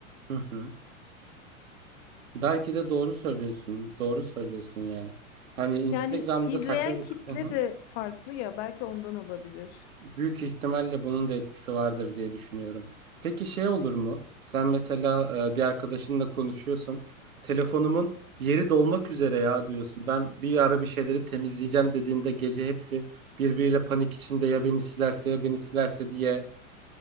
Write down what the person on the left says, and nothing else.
Yani izleyen
kitle
de farklı ya belki ondan olabilir.